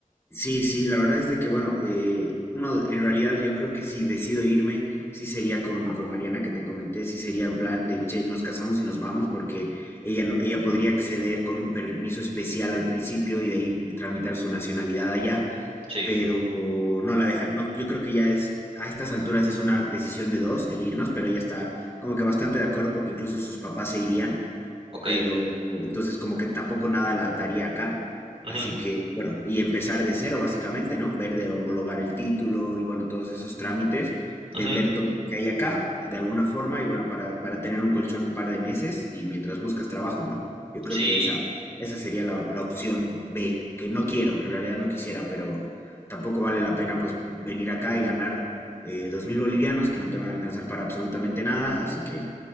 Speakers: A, on the left; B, on the right.
A: Sí, sí, la verdad es de que, bueno, eh, uno, en realidad yo creo que si decido irme, sí sería con, con Mariana que te comenté, sí sería en plan de, che, nos casamos y nos vamos porque ella, no, ella podría acceder con un permiso especial al principio y de ahí tramitar su nacionalidad allá,
B: Sí,
A: pero o, no la deja, no, yo creo que ya es, a estas alturas es una decisión de dos el irnos, pero ella está como que bastante de acuerdo porque incluso sus papás se irían
B: ok.
A: pero entonces como que tampoco nada la ataría acá. Así
B: Ujú,
A: que, bueno, y empezar de cero básicamente, ¿no? Ver de homologar el título y bueno, todos esos trámites, vender
B: ujú.
A: todo lo que hay acá de alguna forma y bueno, para, para tener un colchón un par de meses y mientras buscas trabajo, ¿no? Yo creo
B: Sí,
A: que esa, esa sería la, la opción B, que no quiero, en realidad no quisiera, pero tampoco vale la pena pues venir acá y ganar eh, dos mil bolivianos que no te van a alcanzar para absolutamente nada, así que,